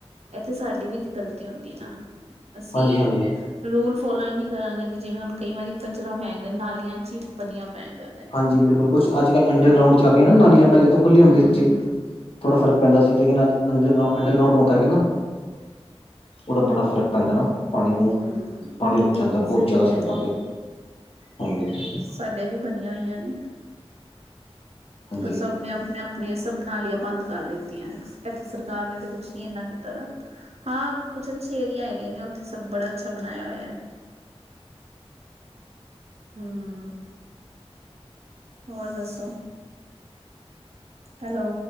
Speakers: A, on the right; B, on the left.
A: ਇਹਥੇ ਸਾਡੀ ਵੀ ਤੇ ਗ਼ਲਤੀ ਹੁੰਦੀ ਹੈ ਨਾ ਅਸੀਂ
B: ਹਾਂਜੀ-ਹਾਂਜੀ
A: ਰੂਲ ਫੋਲੋ ਹੀ ਨਹੀਂ ਕਰਾਂਗੇ ਤੇ ਜਿਵੇਂ ਹੁਣ ਕਈ ਵਾਰੀ ਕਚਰਾ ਫੈਂਕਦੇ ਨਾਲੀਆਂ ਚੀ ਪਨੀਆ ਫੰਕ ਦਿੰਦੇ ਨੇ
B: ਹਾਂਜੀ ਬਿਲਕੁਲ ਕੁਛ ਅੱਜ ਕੱਲ੍ਹ ਅੰਡਰਗਰਾਊਂਡ
A: ਫਿਰ
B: ਚੱਲ ਰਹੀਆਂ ਨਾ ਨਾਲੀਆਂ ਪਹਿਲੇ ਤੋਂ ਖੁੱਲੀ ਹੁੰਦੀ
A: ਹਮ
B: ਸੀ
A: ਹਮ
B: ਥੋੜਾ ਫਰਕ ਪੈਂਦਾ ਸੀ ਲੇਕਿਨ ਅਜ ਅੰ ਅੰਡਰ ਗਰਾਊਂਡ ਹੋਣਕੇ ਨਾ ਉਹਦਾ ਬੜਾ ਫ਼ਰਕ ਪੈਂਦਾ ਨਾ ਪਾਣੀ ਨੂੰ
A: ਹੂੰ
B: ਪਾਣੀ ਰੁਕ ਜਾਂਦਾ ਬਹੁਤ
A: ਸਹੀ
B: ਜ਼ਿਆਦਾ
A: ਕਹਿ
B: ਸੜਕਾਂ
A: ਰਹੇ ਹੋ
B: ਤੇ ਹਾਂਜੀ
A: ਭਡੇ ਵੀ ਬਣੀਆਂ ਹੋਈਆਂ ਨੇ
B: ਹਾਂਜੀ
A: ਪਰ ਸਭ ਨੇ ਆਪਣੇ ਆਪ ਆਪਣੇ ਸਭ ਨਾਲੀਆਂ ਬੰਦ ਕਰ ਦਿੱਤੀਆਂ ਇੱਥੇ ਸਰਕਾਰ ਨੇ ਤੇ ਕੁਛ ਨੀ ਇਨਾ ਕੀਤਾ ਦਾ ਹਾਂ ਕੁੱਛ ਅੱਛੇ ਏਰੀਆ ਹੈਗੇ ਨੇ ਉੱਥੇ ਸਭ ਬੜਾ ਅੱਛਾ ਬਣਾਇਆ ਹੋਇਆ ਹਮ ਹੋਰ ਦੱਸੋ ਹੈਲੋ